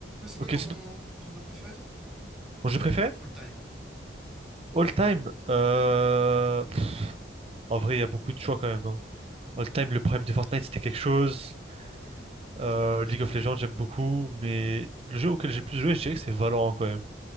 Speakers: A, in the centre; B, on the right (about 30°).
A: c'est
B: Ok,
A: quoi ton,
B: c'est
A: ton jeu préféré, toi?
B: mon jeu préféré?
A: Genre, All time, ouais.
B: All time. euh, pff, en vrai, il y a beaucoup de choix quand même. hein. All time, le prime de Fortnite, c'était quelque chose.
A: C'est
B: Euh,
A: bien, ouais. ça.
B: League of Legends, j'aime beaucoup. Mais le jeu auquel j'ai le plus joué, je dirais que c'est Valorant quand même.